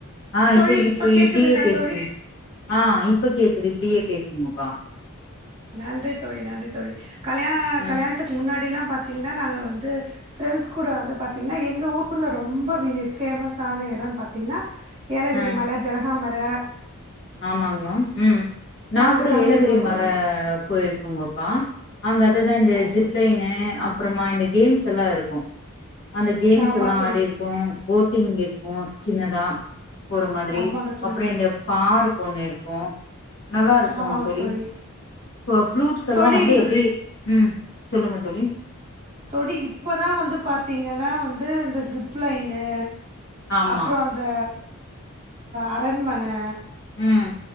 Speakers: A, on the left; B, on the right.
A: ஆஹ்
B: தோழி
A: இப்ப
B: இப்போ
A: இப்ப
B: கேட்குதுங்களா
A: இப்படியே பேசுங்க
B: தோழி
A: ஆஹ் இப்ப கேக்குது இப்படியே பேசுங்கப்பா
B: நன்றி தோழி நன்றி தோழி கல்யாண
A: ம்
B: கல்யாணத்துக்கு முன்னாடிெல்லாம் பார்த்த பார்த்தீங்கன்னா நாங்கள் வந்து ஃப்ரெண்ட்ஸ் கூட வந்துார்த்தீங்கன்னா எங்கள் ஊரில் ரொம்ப ஃபேமஸான இடம்னு பார்த்தீங்கன்னா ஏலகிரி
A: ம்
B: மலை ஜலகாாமரை
A: ஆமாங்க ம் நான்
B: அங்கே
A: கூட
B: கிளம்பிடுவோம்
A: ஏலகிரி மலை
B: தோழி
A: போயிருக்கேங்கப்பா அங்க அதுதான் இந்த
B: ஆ
A: ஜிப்னு
B: தோழி
A: அப்புறமா இந்த கேம்ஸ் எல்லாம் இருக்கும் அந்த கேம்ஸ்
B: ஆமாம்
A: எல்லாம்
B: தோழி
A: ஆடிிருக்கோம் போட் எங்க இருக்கும் சின்னதா ஒரு மாதிரி
B: ஆமாங்க தோழி
A: அப்புறம் இந்த பார் பொண்ணு இருக்கோம் நல்லா இருக்கும்
B: ஆமாங்க
A: அலீஸ்
B: தோழி
A: ப்ரூட்ஸ் எல்லாம்
B: தோழி
A: வந்து எப்படி உம் சொல்லுங்க தொழி
B: தொழி இப்பதான் வந்து பாத்தீங்கன்னா வந்து இந்த சிப்லைனு
A: ஆமா.
B: அப்புறம் அந்த அரண்மனை
A: உம்